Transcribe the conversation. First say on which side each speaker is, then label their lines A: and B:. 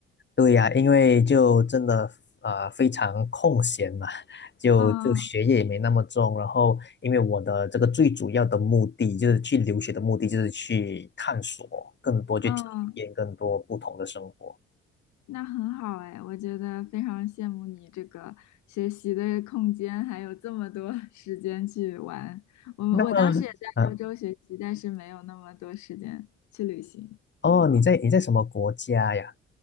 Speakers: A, on the left (about 40°); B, on the left (about 75°).
A: 对呀，因为就真的呃非常空闲嘛，<laughs> 就就学业也没那么重，
B: 嗯
A: 然后因为我的这个最主要的目的就是去留学的目的就是去探索更多，去体验更多不同的生活。
B: 嗯，那很好哎，我觉得非常羡慕你这个学习的空间，还有这么多 <laughs> 时间去玩。我们我当时也在欧洲学习，
A: 那么，啊，
B: 但是没有那么多时间去旅行。
A: 哦，
B: 嗯
A: 你在你在什么国家呀？